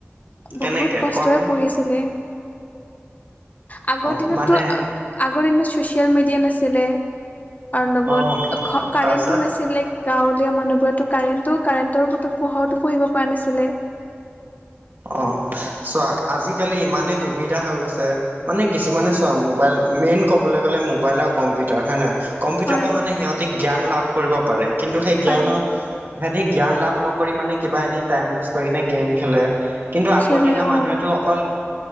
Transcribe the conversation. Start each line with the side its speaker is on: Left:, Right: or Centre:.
Right: কেনেকে
Left: বহুত কষ্টৰে
Right: কোৱাচোন?
Left: পঢ়িছিলে। আগৰ
Right: অ'
Left: দিনতটো
Right: মানে
Left: আগৰ দিনত ছ'চিয়েল মিডিয়া নাছিলে, তাৰ লগত
Right: অ'
Left: কাৰেণ্টো
Right: তাৰপিছত
Left: নাছিলে, গাঁৱলীয়া মানুহবোৰতো কাৰেণ্টো কাৰেণ্টৰো পোহৰত পঢ়িব পৰা নাছিলে,
Right: অ চোৱা আজিকালি ইমানেই সুবিধা হৈ গৈছে মানে কিছুমানে চোৱা মোবাইল, মেইন কবলৈ গলে মোবাইল আৰু কম্পিউটাৰ হয় নে নহয়? কম্পিউটাৰ
Left: হয়
Right: পৰা মানে সিহঁতে জ্ঞান লাভ কৰিব পাৰে, কিন্তু সেই জ্ঞানৰ
Left: পাৰে
Right: সিহঁতি জ্ঞান লাভ নকৰি মানে কিবা এনেই টাইম ৱেচ কৰি কিনে গেম খেলে, কিন্তু আগৰ
Left: খেলে
Right: দিনৰ
Left: অ
Right: মানুহেতো অকল